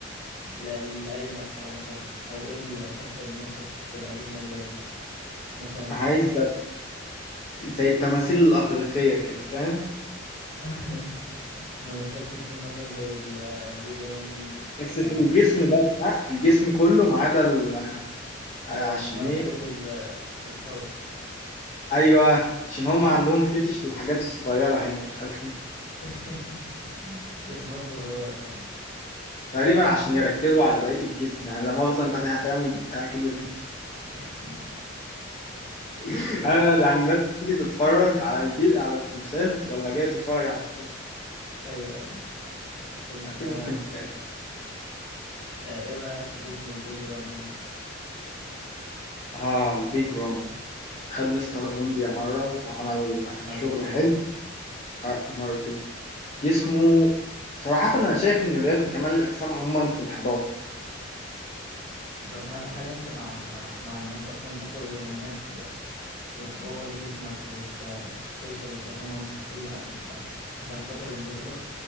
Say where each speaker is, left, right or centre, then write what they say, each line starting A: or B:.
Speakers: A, on the left; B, on the left.
A: ل... لأي مرحلة مثلا أو إيه الشخص اللي نفسك تبقى جسمك زيه مثلا
B: عايز ده زي التماثيل الأغريقية كده فاهم
A: <laughs> ما نفسكش تكون مثلا زي البيج رامي
B: بس
A: آه
B: في الجسم بس لا في الجسم كله ما عدا ال-
A: ايوه
B: عشان
A: منطقة
B: ايه
A: ال- الحوض
B: ايوه عشان هم عندهم فتش للحاجات الصغيرة هنا مش عارف ليه
A: <laughs> رسومات صغيرة فاهم
B: تقريبا عشان يركزوا على بقية الجسم يعني لا مؤاخذة انت اللي هتعمل بتاع كبير ده
A: <laughs>
B: <laughs>
A: آه
B: انا يعني الناس بتيجي تتفرج على الجي... على التمثال ولا جاي تتفرج على بتاع
A: ايوه ايوه طب
B: دي
A: آه
B: ممكن تتقال
A: آه، ايه رأيك في جسم البيج رامي بس
B: اه البيج رام خد مستر اولمبيا مرة وعمل
A: مرتين
B: شغل حلو آه، مرتين جسمه صراحة أنا شايف إن رياضة كمال الأجسام عموما في انحدار
A: طب هل هل انت مع مع انك اصلا تاخد هرمونات و... وتبوظ جسمك وتوصل لضخامة مستحيل عشان عشان عشان خاطر البطولات